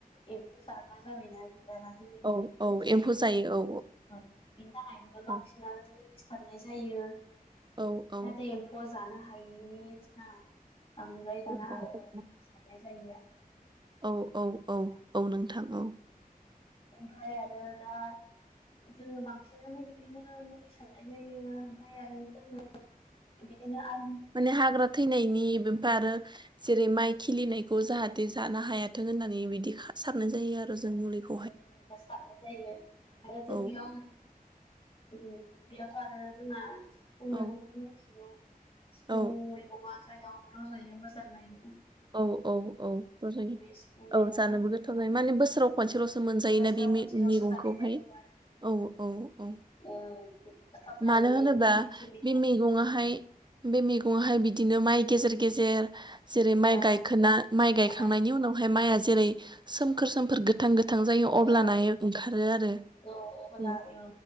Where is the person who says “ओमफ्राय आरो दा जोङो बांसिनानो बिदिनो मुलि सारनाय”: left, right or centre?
Left